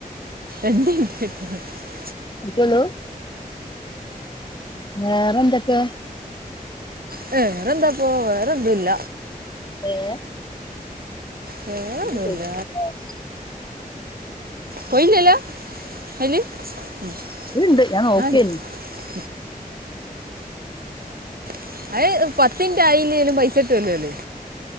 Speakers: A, on the right (about 80°); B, on the left (about 30°).
A: എന്തേ <inaudible>
B: ചലോ വേറെന്താക് <unintelligible>
A: വേറെന്താപ്പൊ വേറൊന്നു ഇല്ല
B: ഏ <unintelligible>
A: വേറൊന്നുമില്ല കൊയ്‌ലല്ല <unintelligible>
B: ഇതുണ്ട് ഞാൻ നോക്കിയേനു
A: <unintelligible> പത്തിന്റൊയില്ലെനും പൈസ കിട്ടുവല്ലോ ല്ലല്ലേ